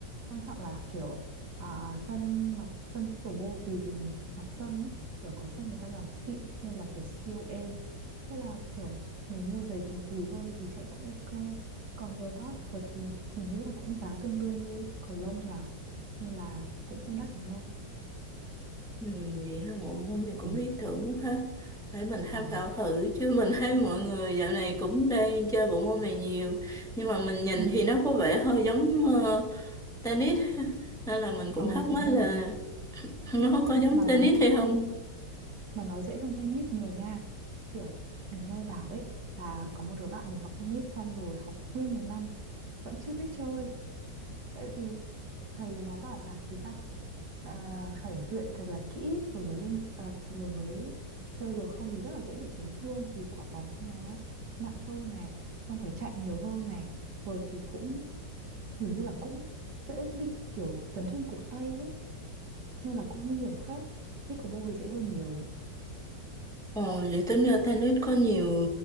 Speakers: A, on the right; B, in the centre.
A: quan trọng là kiểu à, sân mặt sân pickleball tùy từng mặt sân ấy kiểu có sân người ta làm xịn nên là kiểu siêu êm thế là kiểu mình mua giày cùi cùi thôi thì chạy cũng ok còn vợt á vợt thì mình nghĩ là cũng giá tương đương như cầu lông thôi à nên là cũng không đắt lắm đâu
B: Ừ, vậy là bộ môn này
A: Ừ.
B: cũng lý tưởng quá ha. Để mình tham
A: Ờ.
B: khảo thử chứ mình thấy mọi người dạo này cũng đang chơi bộ môn này nhiều. Nhưng mà mình nhìn
A: ừ
B: thì nó có vẻ hơi giống ờ, tennis <laughs> nên là mình cũng
A: ờ
B: thắc
A: đúng
B: mắc
A: rồi
B: là <laughs> nó có giống
A: mà nó
B: tennis hay không.
A: mà nó dễ hơn tennis nhiều nha kiểu mình nghe bảo ấy là có một đứa bạn mình học tennis xong rồi học nguyên một năm vẫn chưa biết chơi tại vì thầy nó bảo là gì ta à, phải luyện thật là kỹ rồi mới lên à, rồi mới chơi được không thì rất là dễ bị chấn thương vì quả bóng nó nặng hơn này xong phải chạy nhiều hơn này vợt thì cũng hình như là cũng dễ bị kiểu chấn thương cổ tay ấy nên là cũng nguy hiểm phết pickleball thì dễ hơn nhiều
B: Ồ, vậy tính ra tennis có nhiều